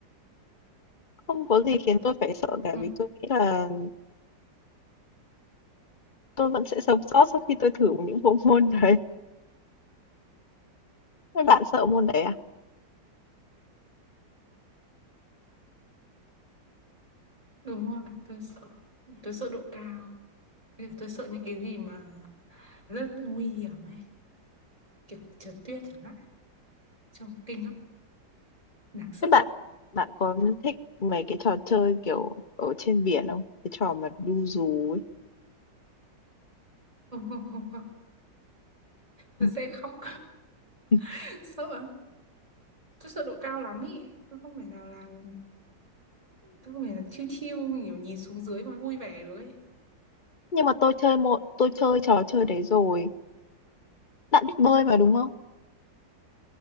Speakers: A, on the left; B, on the right.
A: không có gì khiến tôi phải sợ cả
B: ừ.
A: vì tôi nghĩ là tôi vẫn sẽ sống sót sau khi tôi thử những bộ <laughs> môn đấy. Thế bạn sợ môn đấy à?
B: đúng rồi tôi sợ tôi sợ độ cao tôi sợ những cái gì mà rất nguy hiểm ấy kiểu trượt tuyết chẳng hạn trông kinh lắm đáng sợ
A: Thế bạn bạn có thích mấy cái trò chơi kiểu ở trên biển không? Cái trò mà đu dù ấy.
B: không không không không tôi
A: <laughs>
B: sẽ khóc
A: Ừ.
B: <laughs> sợ tôi sợ độ cao lắm ý tôi không thể nào làm tôi không phải là chill chill kiểu nhìn xuống dưới và vui vẻ được ấy.
A: Nhưng mà tôi chơi một tôi chơi trò chơi đấy rồi. Bạn biết bơi mà đúng không?